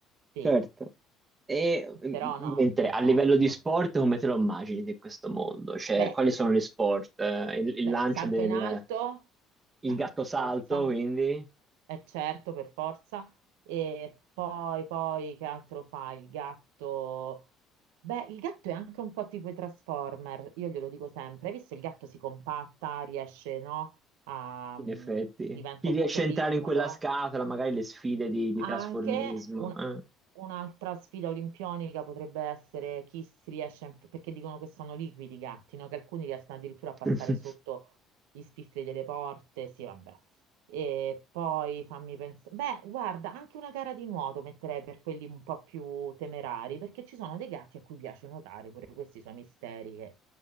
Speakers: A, on the right; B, on the right.
A: Sì,
B: certo. E mm,
A: però no,
B: mentre
A: è fantastico.
B: a livello di sport, come te lo immagini di questo mondo? Cioè,
A: Beh,
B: quali
A: il,
B: sono gli sport? Eh, Il, il
A: beh,
B: lancio
A: il salto
B: del
A: in alto,
B: il
A: eh,
B: gatto
A: per
B: salto,
A: forza.
B: quindi?
A: Eh certo, per forza. E poi, poi, che altro fai? Il gatto... Beh, il gatto è anche un po' tipo i Transformer, io glielo dico sempre. Hai visto il gatto si compatta, riesce, no? A...
B: In
A: mm,
B: effetti,
A: diventa
B: chi riesce
A: tutto
B: a
A: piccolo.
B: entrare in quella scatola, magari le sfide di, di
A: Anche
B: trasformismo.
A: un-
B: eh.
A: un'altra sfida olimpionica potrebbe essere chi si riesce, a inf- perché dicono che sono liquidi i gatti, no? Che alcuni riescono addirittura a passare
B: <laughs>
A: sotto gli spifferi delle porte, sì, vabbè. E poi fammi pensare, beh, guarda, anche una gara di nuoto metterei per quelli un po' più temerari, perché ci sono dei gatti a cui piace nuotare, pure questi sono misteri che...